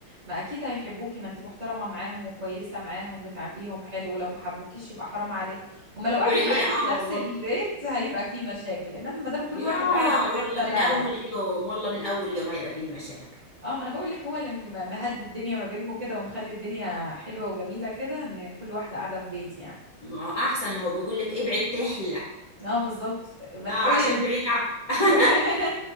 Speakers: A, on the right (about 45°); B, on the left (about 55°).
A: ما اكيد هيحبوكي ما انتي محترمه معاهم وكويسه معاهم وتعامليهم حلو لو ما حبوكيش يبقى حرام عليهم هما لو
B: وعيا
A: قاعدين معاكي في نفس
B: اه والله
A: البيت هيبقى في مشاكل انما ما دام كل
B: يا
A: واحد قاعد في
B: والله
A: حته
B: من
A: لا
B: اول
A: لا لا
B: يوم والله من اول يوم هيبقى فيه مشاكل
A: اه ما انا بقول لك هو اللي م- مهدي الدنيا ما بينكم كده ومخلي الدنيا حلوه وجميله كده ان كل واحده قاعده في بيت يعني
B: ما هو احسن ما هو بيقول لك ابعد تحلى
A: اه بالظبط ما
B: اه
A: تحاولي
B: عشان بعيد عن <laughs>
A: <laughs>